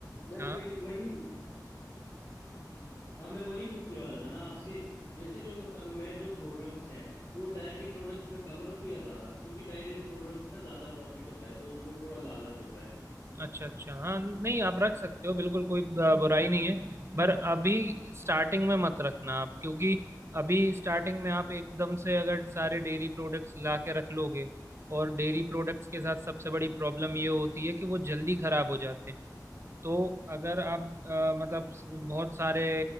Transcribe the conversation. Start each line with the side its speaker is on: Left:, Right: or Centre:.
Left: मैं
Right: हाँ
Left: वही वही हाँ मैं वही पूछने वाला था ना आपसे जैसे जो म- मैं जो प्रोडक्ट्स हैं वो डायरी प्रोडक्ट्स में कम रखूं या ज्यादा क्योंकि डायरी प्रोडक्ट्स का ज्यादा प्रॉफिट होता है तो उसमें थोड़ा लालच होता है
Right: अच्छा अच्छा हाँ नहीं आप रख सकते हो बिल्कुल कोई अ, बुराई नहीं है पर अभी स्टार्टिंग में मत रखना आप क्योंकि अभी स्टार्टिंग में आप एकदम से अगर सारे डेयरी प्रोडक्ट्स ला के रख लोगे और डेयरी प्रोडक्ट्स के साथ सबसे बड़ी प्रॉब्लम ये होती है कि वो जल्दी खराब हो जाते हैं तो अगर आप अ, मतलब स- बहुत सारे